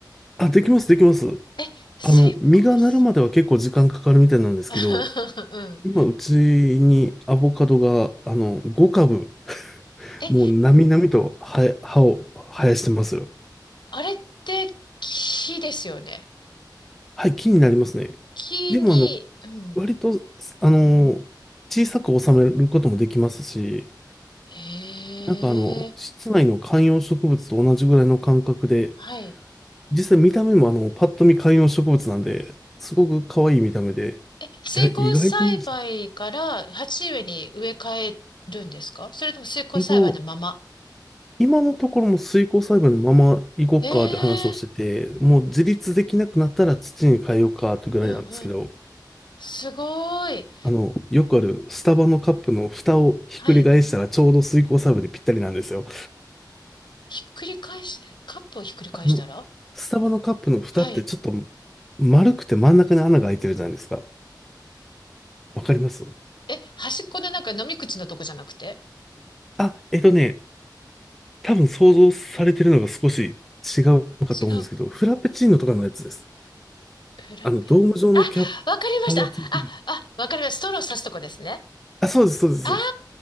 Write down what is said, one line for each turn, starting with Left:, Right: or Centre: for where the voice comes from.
Centre: あ、できます、できます。
Left: え、成功す、
Centre: あの、実がなるまでは結構時間かかるみたいなんですけど、
Left: <laughs> うん。
Centre: 今、うちにアボカドが、あの、5株、
Left: え、
Centre: もう、なみなみと、は、葉を生やしてますよ。
Left: あれって木ですよね。
Centre: はい、気になりますね。
Left: 木に、
Centre: でも、あの、
Left: うん。
Centre: 割と、あの、小さく収めることもできますし、
Left: へえ、
Centre: なんかあの、室内の観葉植物と同じぐらいの感覚で、
Left: はい。
Centre: 実際見た目もあの、パッと見観葉植物なんで、すごく可愛い見た目で、
Left: え、水耕栽培から鉢植えに植え替えるんですかそれとも水耕栽培のまま
Centre: いや、意外といいじゃん。えっと、今のところも水耕栽培のまま行こうかって話をしてて、
Left: へえ、
Centre: もう自立できなくなったら土に変えようかってぐらいなんですけど、
Left: うんうん。すごい。
Centre: あの、よくあるスタバのカップの蓋をひっくり返したらちょうど水耕サーブにぴったりなんですよ。
Left: はい。ひっくり返し、カップをひっくり返したら
Centre: あの、スタバのカップの蓋ってちょっと
Left: はい。
Centre: 丸くて真ん中に穴が開いてるじゃないですか。わかります
Left: え、端っこのなんか飲み口のとこじゃなくて
Centre: あ、えっとね、多分想像されてるのが少し違うかと思うんですけど、
Left: 違う
Centre: フラペチーノとかのやつです。
Left: フラペ、
Centre: あの、ドーム状のキャッ
Left: あ、わかりました。
Centre: プがついてる。
Left: あ、あ、あ、わかりました。ストローさすとこですね。
Centre: あ、そうです、そうです。
Left: あ
Centre: そうです